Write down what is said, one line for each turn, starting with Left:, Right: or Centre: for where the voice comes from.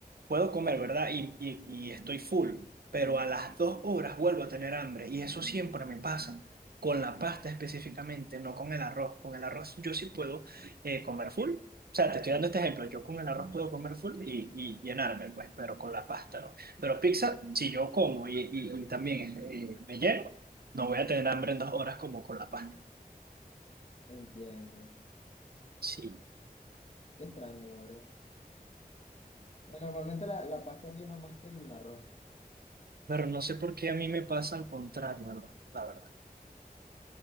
Right: puedo comer, ¿verdad? Y, y, y estoy full, pero a las dos horas vuelvo a tener hambre. Y eso siempre me pasa, con la pasta específicamente, no con el arroz. Con el arroz yo sí puedo eh, comer full o sea, te estoy dando este ejemplo. Yo con el arroz puedo comer full y, y llenarme, pues, pero con la pasta no. Pero pizza, si yo como y, y- y también eh, me lleno, no voy a tener hambre en dos horas como con la pasta.
Left: Entiendo.
Right: Sí.
Left: Qué extraño, la verdad. Bueno, Normalmente la, la pasta llena más que el arroz.
Right: Pero no sé por qué a mí me pasa al contrario, la verdad. la verdad.